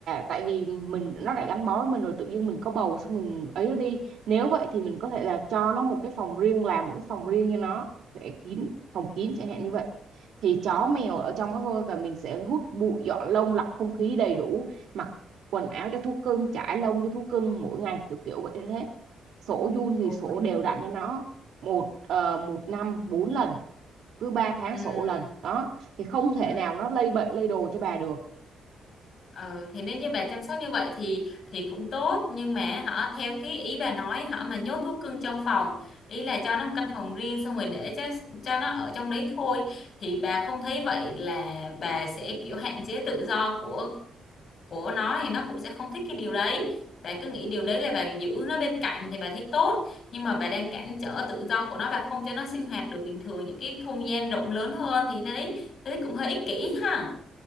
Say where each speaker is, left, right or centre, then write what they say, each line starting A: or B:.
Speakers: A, on the right; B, on the left.
A: tại vì mình nó đã gắn bó với mình rồi tự nhiên mình có bầu xong mình ấy nó đi nếu vậy thì mình có thể là cho nó một cái phòng riêng làm một cái phòng riêng cho nó để kín phòng kín chẳng hạn như vậy thì chó mèo ở trong đó thôi và mình sẽ hút bụi dọn lông lọc không khí đầy đủ mặc quần áo cho thú cưng chải lông cho thú cưng mỗi ngày kiểu kiểu vậy thế sổ giun thì
B: Ôi.
A: sổ đều
B: <laughs>
A: đặn cho nó một ờ, một năm bốn lần cứ ba tháng
B: ừ
A: sổ lần đó thì không thể
B: ừ
A: nào nó lây bệnh lây đồ cho bà được
B: Ờ, thì nếu như bà chăm sóc như vậy thì thì cũng tốt nhưng mà họ theo cái ý bà nói họ mà nhốt thú cưng trong phòng ý là cho nó một căn phòng riêng xong rồi để cho cho nó ở trong đấy thôi thì bà không thấy vậy là bà sẽ kiểu hạn chế tự do của của nó thì nó cũng sẽ không thích cái điều đấy bà cứ nghĩ điều đấy là bà giữ nó bên cạnh thì bà thấy tốt nhưng mà bà đang cản trở tự do của nó bà không cho nó sinh hoạt được bình thường những cái không gian rộng lớn hơn thì đấy đấy cũng hơi ích kỷ ha